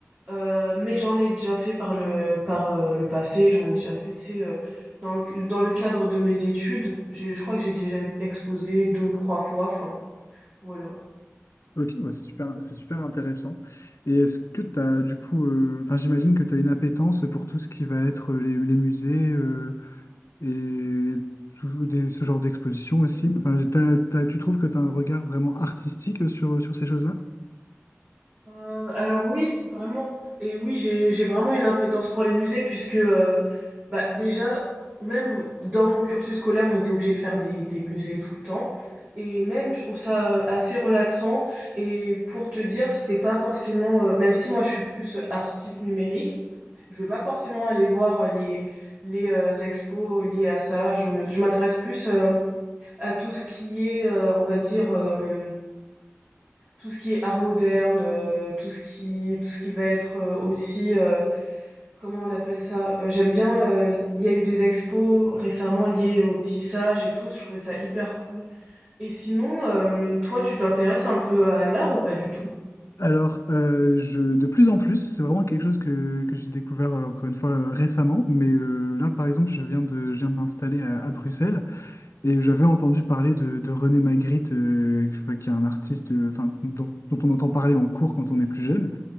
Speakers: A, on the right (about 40°); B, on the left (about 70°).
A: Heu, mais j'en ai déjà fait par le par, heu, le passé, j'en ai déjà fait, tu sais, heu, dans le dans le cadre de mes études, j'ai je crois que j'ai déjà exposé 2 ou trois fois, enfin, voilà.
B: Ok, ouais, c'est super, c'est super intéressant. Et est-ce que tu as du coup, euh, enfin j'imagine que tu as une appétence pour tout ce qui va être euh, les, les musées euh, et, tout des- ce genre d'exposition aussi. Enfin, t'as- t'as- tu trouves que tu as un regard vraiment artistique sur, sur ces choses-là?
A: Heu, alors oui, vraiment et oui, j'ai j'ai vraiment une impétence pour les musées puisque, heu, bah, déjà, même dans mon cursus scolaire, on était obligé de faire des des musées tout le temps et même je trouve ça, euh, assez relaxant et pour te dire, c'est pas forcément, heu même si moi je suis plus, artiste numérique, Je vais pas forcément aller voir euh, les, les euh, expos liés à ça. Je me- je m'intéresse plus euh, à tout ce qui est, euh, on va dire, euh, tout ce qui est art moderne, euh, tout ce qui, tout ce qui va être euh, aussi, euh, comment on appelle ça? Euh, j'aime bien, euh, il y a eu des expos récemment liées au tissage et tout, je trouvais ça hyper cool. Et sinon, euh, toi, tu t'intéresses un peu à l'art ou pas du tout?
B: Alors, euh, je, de plus en plus, c'est vraiment quelque chose que, que j'ai découvert euh, encore une fois euh, récemment, mais euh, là par exemple, je viens de, je viens de m'installer à, à Bruxelles Et j'avais entendu parler de, de René Magritte, euh, qui enfin, qui est un artiste euh, enfin, dont, dont on entend parler en cours quand on est plus jeune.